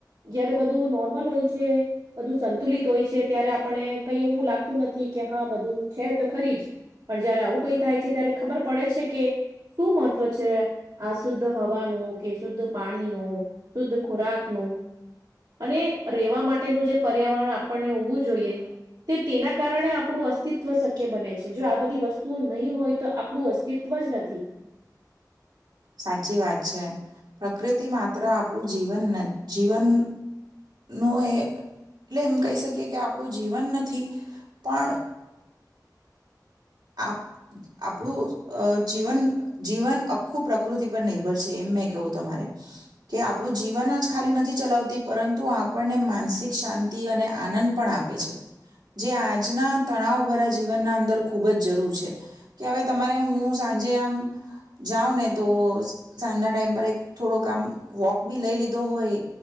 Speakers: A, on the right; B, on the right.
A: જયારે બધું નોર્મલ હોય છે બધું સંતુલિત હોય છે, ત્યારે આપણે કઈ એવું લાગતું નથી કે હા બધું છે તો ખરી જ, પણ જયારે આવું કઈ થાય છે ત્યારે ખબર પડે છે કે શું મહત્ત્વ છે, આ શુદ્ધ હવાનું, કે શુદ્ધ પાણીનું, શુદ્ધ ખોરાકનું, અને રહેેવા માટેનું જે પર્યાવરણ આપણને હોવું જોઈએ, તે તેના કારણે આપણું અસ્તિત્વ શક્ય બને છે, જો આ બધી વસ્તુઓ નહીં હોય તો આપણું અસ્તિત્વ જ નથી.
B: સાચી વાત છે. પ્રકૃતિ માત્ર આપણું જીવન નથ જીવન નો એ એટલે એમ કહી શક કે કે આપણું જીવન નથી પણ આપ આપણું અહ જીવન-જીવન અખું પ્રકૃતિ પર નિર્ભર છે, એમ મેં કેઉ તમારે. કે આપ પણું જીવન જ ખાલી નથી ચલાવતી, પરંતુ આપણને માનસિક શાંતિ અને આનંદ પણ આપે છે, જે આજના તણાવ ભરા જીવનના અંદર ખૂબ જ જરૂર છે, કે હવે તમારે હું સાંજે આમ જાઉં ને તો સાંજના ટાઈમ પર એક થોડોક આમ વોક બી લઈ લીધો હોય,